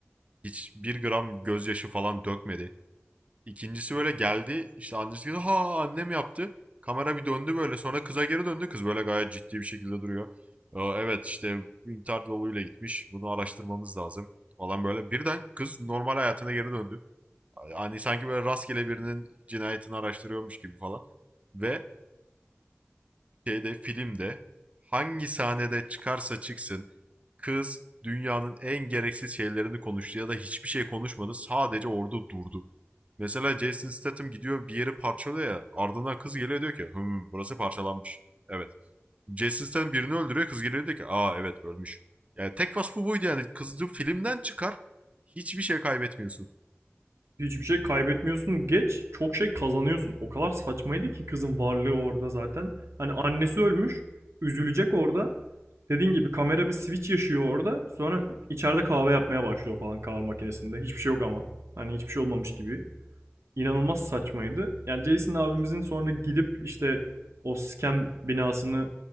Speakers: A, on the right (about 30°); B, on the right (about 75°).
A: Hiçbir gram gözyaşı falan dökmedi. İkincisi böyle geldi. işte annesi dedi ha annem yaptı. Kamera bir döndü böyle. Sonra kıza geri döndü. Kız böyle gayet ciddi bir şekilde duruyor. "Ee, Evet işte intihar yoluyla gitmiş. Bunu araştırmamız lazım falan böyle. Birden kız normal hayatına geri döndü. yani sanki böyle rastgele birinin cinayetini araştırıyormuş gibi falan. Ve şeyde filmde hangi sahnede çıkarsa çıksın kız dünyanın en gereksiz şeylerini konuştu ya da hiçbir şey konuşmadı sadece orada durdu. Mesela Jason Statham gidiyor bir yeri parçalıyor ya ardından kız geliyor diyor ki hım burası parçalanmış. Evet. Jason Statham birini öldürüyor kız geliyor diyor ki aa evet ölmüş. Yani tek vasfı buydu yani kızcı filmden çıkar hiçbir şey kaybetmiyorsun.
B: Hiçbir şey kaybetmiyorsun geç çok şey kazanıyorsun. O kadar saçmaydı ki kızın varlığı orada zaten. Hani annesi ölmüş üzülecek orada. Dediğin gibi kamera bir switch yaşıyor orada. Sonra içeride kahve yapmaya başlıyor falan kahve makinesinde. Hiçbir şey yok ama. Hani hiçbir şey olmamış gibi. inanılmaz saçmaydı. Yani Jason abimizin sonra gidip işte o scam binasını